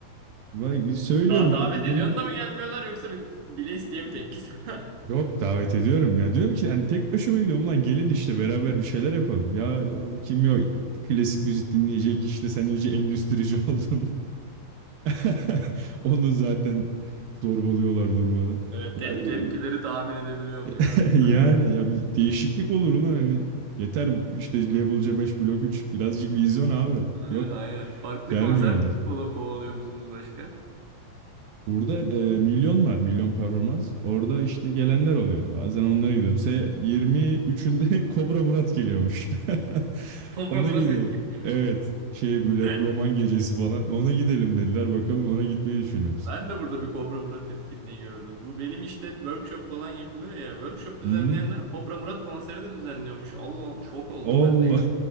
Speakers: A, on the right; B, on the right.
A: Vay, söylüyorum
B: Abi davet
A: hani gidelim
B: ediyorsun da mı gelmiyorlar yoksa bi- bile isteye mi tek git? <laughs>
A: Yok davet ediyorum ya diyorum ki hani tek başıma gidiyorum lan gelin işte beraber bir şeyler yapalım. Ya oğlum kim yok klasik müzik dinleyecek işte sen iyice endüstrici <laughs> oldun. <laughs> Onu zaten zorbalıyorlar durmadan.
B: Evet tep
A: Yani,
B: tepkileri tahmin edebiliyorum ya.
A: <laughs> yani ya bir değişiklik olur ulan hani yeter işte Label C5 Blok üç birazcık vizyon abi.
B: A-
A: Yok
B: Aynen. Farklı
A: gelmiyorlar.
B: konser kola- kovalıyor musunuz başka?
A: Burada e, milyon var, milyon performans. Orada işte gelenler oluyor. Bazen onlara gidiyorum. Mesela 23'ünde <laughs> Kobra Murat geliyormuş. <laughs>
B: Kobra
A: Ona
B: Murat
A: gidelim.
B: etkinliği.
A: Evet. Şeye böyle
B: <laughs>
A: roman gecesi falan. Ona gidelim dediler. Bakalım ona gitmeyi düşünüyoruz.
B: Ben de burada bir Kobra Murat etkinliği gördüm. Bu benim işte workshop falan yapılıyor ya. Workshop düzenleyenler
A: Hı hı.
B: Kobra Murat konseri de düzenliyormuş. Allah şok oldum
A: Allah.
B: ben de. gör-